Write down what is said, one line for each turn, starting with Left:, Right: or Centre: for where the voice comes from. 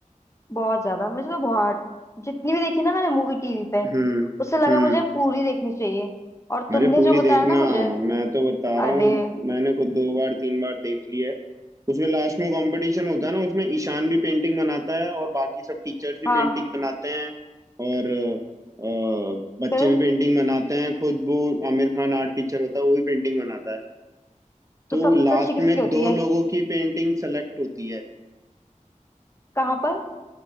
Left: बहुत ज्यादा मुझे तो बहुत जितनी भी देखी ना मैंने मूवी टीवी पे
Right: हम्म
Left: उससे लगा
Right: हम्म
Left: मुझे पूरी देखनी चाहिए और तुमने
Right: अरे पूरी
Left: जो बताया
Right: देखना
Left: ना मुझे
Right: मैं तो बता
Left: अरे
Right: रहा हूँ मैंने खुद दो बार तीन बार देख ली है उसमें लास्ट में कंपटीशन होता है ना उसमें ईशान भी पेंटिंग बनाता है और बाकी सब टीचर्स भी
Left: हाँ
Right: पेंटिंग बनाते हैं और अ, बच्चे
Left: फिर
Right: भी पेंटिंग बनाते हैं खुद वो आमिर खान आर्ट टीचर होता है वो भी पेंटिंग बनाता है
Left: तो
Right: तो
Left: सबसे
Right: लास्ट
Left: अच्छी
Right: में
Left: किसकी होती
Right: दो
Left: है
Right: लोगों की पेंटिंग सेलेक्ट होती है
Left: कहाँ पर